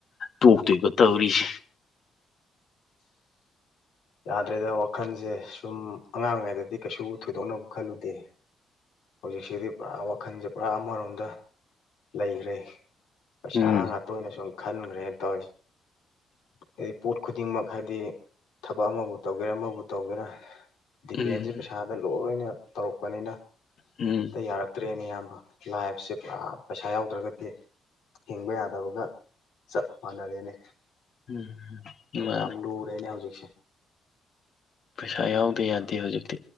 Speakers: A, on the left; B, on the left.
A: ꯇꯣꯛꯇꯣꯏꯕ ꯇꯧꯔꯤꯁꯦ
B: ꯌꯥꯗ꯭ꯔꯦꯗ ꯋꯥꯈꯜꯁꯦ ꯁꯨꯝ ꯑꯉꯥꯡ ꯑꯣꯏꯔꯤꯉꯩꯗꯗꯤ ꯀꯩꯁꯨ ꯊꯣꯏꯗꯣꯛꯅꯕ ꯈꯜꯂꯨꯗꯦ ꯍꯧꯖꯤꯛꯁꯤꯗꯤ ꯄꯨꯔꯥ ꯋꯥꯈꯟꯁꯦ ꯄꯨꯔꯥ ꯑꯃꯔꯣꯝꯗ ꯂꯩꯈ꯭ꯔꯦ ꯄꯩꯁꯥ
A: ꯎꯝ
B: ꯉꯇ ꯇꯣꯏꯅ ꯁꯨꯝ ꯈꯟꯈ꯭ꯔꯦꯅ ꯇꯧꯔꯤꯁꯦ ꯍꯥꯏꯗꯤ ꯄꯣꯠ ꯈꯨꯗꯤꯡꯃꯛ ꯍꯥꯏꯗꯤ ꯊꯕꯛ ꯑꯃꯕꯨ ꯇꯧꯒꯦꯔꯥ ꯑꯃꯕꯨ ꯇꯧꯒꯦꯔꯥ ꯗꯤꯄꯦꯟꯁꯦ
A: ꯎꯝ
B: ꯄꯩꯁꯥꯗ ꯂꯣꯏꯅ ꯇꯧꯔꯛꯄꯅꯤꯅ
A: ꯎꯝ
B: ꯑꯝ ꯇ ꯌꯥꯔꯛꯇ꯭ꯔꯦꯅꯦ ꯑꯌꯥꯝꯕ ꯂꯥꯏꯐꯁꯦ ꯄꯩꯁꯥ ꯌꯥꯎꯗ꯭ꯔꯒꯗꯤ ꯍꯤꯡꯕ ꯌꯥꯗꯕꯒ ꯆꯞ ꯃꯥꯟꯅꯔꯦꯅꯦ
A: ꯎꯝ
B: ꯑꯣ
A: ꯃꯥꯅꯦ
B: ꯑꯝꯗ ꯑꯦꯅꯦ ꯍꯧꯖꯤꯛꯁ
A: ꯄꯩꯁꯥ ꯌꯥꯎꯗ ꯌꯥꯗꯦ ꯍꯧꯖꯤꯛꯇꯤ